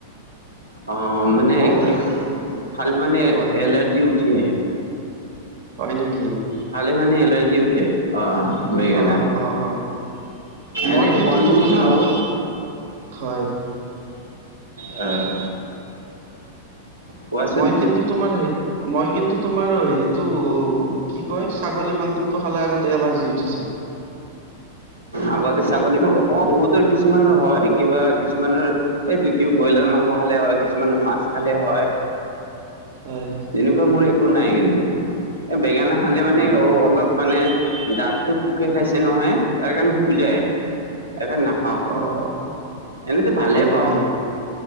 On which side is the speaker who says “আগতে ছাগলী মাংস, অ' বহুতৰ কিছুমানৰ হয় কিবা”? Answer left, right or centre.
Right